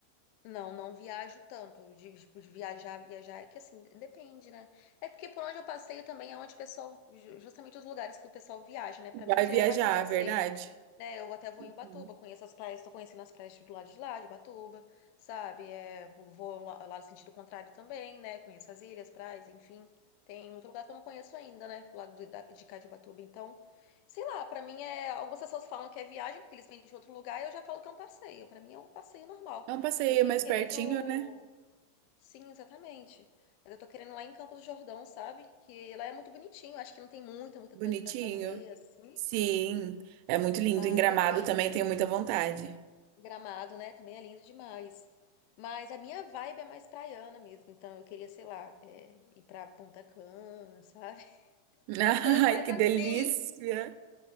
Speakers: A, on the left; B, on the right.
A: Não, não viajo tanto. De, tipo, de viajar, viajar é que assim, depende, né? É porque por onde eu passeio também é onde o pessoal, ju- justamente os lugares que o pessoal viaja, né? Pra
B: Vai
A: mim já
B: viajar,
A: é mais um passeio,
B: verdade?
A: né? Eu até vou
B: Uhum.
A: em Ubatuba, conheço as praias, tô conhecendo as praias do lado de lá, de Ubatuba, sabe? É, vou lá, lá no sentido contrário também, né? Conheço as ilhas, praias, enfim. Tem muito lugar que eu não conheço ainda, né? Do lado de, da- de cá de Ubatuba. Então, sei lá, pra mim é. Algumas pessoas falam que é viagem, porque eles vêm de outro lugar, e eu já falo que é um passeio. Pra mim é um passeio normal.
B: É um passeio
A: Eu tenho
B: mais
A: querido.
B: pertinho, né?
A: Sim, exatamente. Mas eu tô querendo lá em Campos do Jordão, sabe? Que lá é muito bonitinho. Acho que não tem muita, muita
B: Bonitinho.
A: coisa pra fazer, assim.
B: Sim, é muito lindo.
A: Mas
B: Em Gramado
A: é bonito.
B: também tenho muita vontade.
A: Gramado, né? Também é lindo demais. Mas a minha vibe é mais praiana mesmo. Então eu queria, sei lá, é, ir pra Punta Cana, sabe? <laughs>
B: <laughs>
A: Umas coisas mais
B: Ai, que
A: assim.
B: delícia!